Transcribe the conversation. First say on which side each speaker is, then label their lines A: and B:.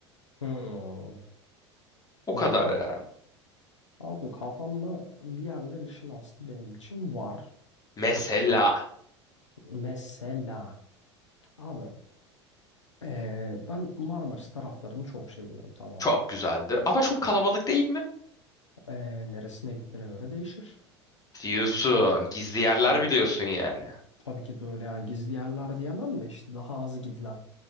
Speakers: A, on the left; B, on the left.
A: Hmm,
B: O
A: hmm.
B: kadar ya.
A: Abi kafamda bir yerler işin aslı benim için var.
B: Mesela
A: Mesela abi Ee, ben Marmaris taraflarını çok seviyorum tamam
B: çok
A: mı?
B: güzeldir ama çok kalabalık değil mi?
A: Ee, neresine gittiğine göre değişir.
B: Diyorsun. Gizli yerler
A: Evet.
B: biliyorsun yani.
A: Tabii ki de öyle yani gizli yerler diyemem de işte daha az gidilen